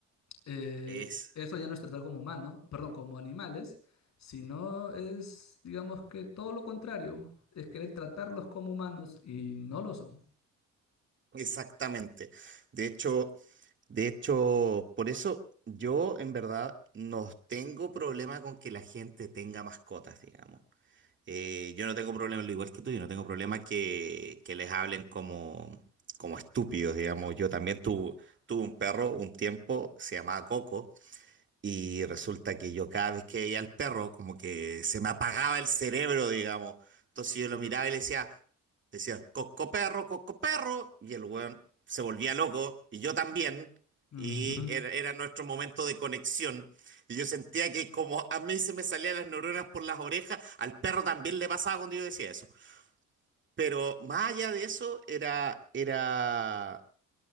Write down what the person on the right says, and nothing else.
Es
Exactamente. De hecho, de hecho, por eso yo en verdad no tengo problema con que la gente tenga mascotas, digamos. Eh, yo no tengo problema, lo igual que tú, yo no tengo problema que, que les hablen como, como estúpidos, digamos. Yo también tu- tuve un perro un tiempo, se llamaba Coco. Y resulta que yo cada vez que veía al perro, como que se me apagaba el cerebro, digamos. Entonces yo lo miraba y le decía, decía, coco perro, coco perro. Y el weón se volvía loco, y yo también.
Y era, era nuestro momento de conexión. Y yo sentía que como a mí se me salían las neuronas por las orejas, al perro también le pasaba cuando yo decía eso. Pero más allá de eso, era, era